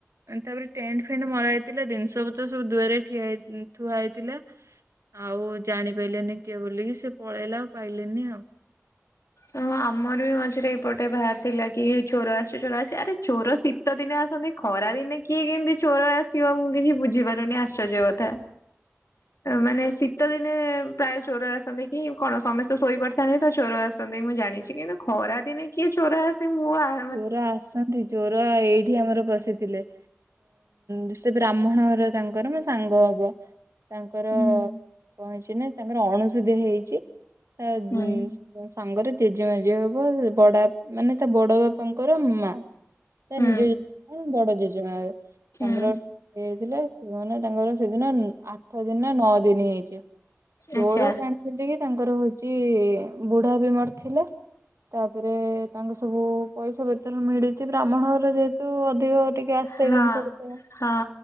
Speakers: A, on the right (about 75°); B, on the left (about 75°).
A: ତାପରେ ଟେଣ୍ଟ ଫେଣ୍ଟ ମରା ହେଇଥିଲା ଜିନିଷ ପତ୍ର ସବୁ ଦୁଆରେ ଠିଆ ହେଇ ଥୁଆହେଇ ଥିଲା ଆଉ ଜାଣି ପାଇଲେନି କିଏ ବୋଲିକି ସେ ପଳେଇଲା ଆଉ ପାଇଲେନି ଆଉ।
B: ହଁ ଆମର ବି ମଝିରେ ଏପଟେ ବାହାରି ଥିଲା କି ଚୋର ଆସିଛି ଚୋର ଆସିଚି ଆରେ ଚୋର ଶୀତ ଦିନେ ଆସନ୍ତି। ଖରା ଦିନେ କିଏ କେମିତି ଚୋର ଆସିବ ମୁଁ କିଛି ବୁଝିପାରୁନି ଆଶ୍ଚର୍ଯ୍ୟ କଥା। ମାନେ ଶୀତ ଦିନେ ପ୍ରାୟ ଚୋର ଆସନ୍ତି କି କଣ ସମସ୍ତେ ଶୋଇପଡିଥାନ୍ତି ତ ଚୋର ଆସନ୍ତି ମୁଁ ଜାଣିି କିନ୍ତୁ ଖରା ଦିନେ କିଏ ଚୋର ଆସେ ମୁଁ ଆ
A: ଚୋର ଆସନ୍ତି ଚୋର ଏଇଠି ଆମର ପଶିଥିଲେ। ଉ ସେ ବ୍ରାହ୍ମଣ ଘର ତାଙ୍କର ମୋ ସାଙ୍ଗ ହବ। ତାଙ୍କର
B: ହୁଁ
A: କଣ ହେଇଛି ନା ତାଙ୍କର ଅଣସୁଧୀଆ ହେଇଛି ତା
B: ହୁଁ
A: ଗିଁ ସାଙ୍ଗରେ ଜେଜେମା ଜିଏ ହବ ବଡ ଆପ ମାନେ ତା ବଡ ବାପାଙ୍କର ମା। ତା
B: ହୁଁ
A: ନିଜ ଜେଜେମା ନୁହୁଁ ବଡ ଜେଜେମା ହେବେ
B: ହୁଁ
A: ତାଙ୍କର ହେଇଥିଲେ କୁହନି ତାଙ୍କର ସେଦିନ ଆଠ ଦିନନା ନଅ ଦିନି ହେଇଛି ଚୋର
B: ଆଚ୍ଛା
A: ଜାଣିଛନ୍ତି କି ତାଙ୍କର ହଉଛି ବୁଢା ବି ମରିଥିଲା। ତାପରେ ତାଙ୍କ ସବୁ ପଇସା ପତର ମିଳିଛି ବ୍ରାହ୍ମଣ ଘର ଯେହେତୁ ଅଧିକ ଟିକେ ଆସେ
B: ହଁ
A: ଜିନିଷ ପତର
B: ହଁ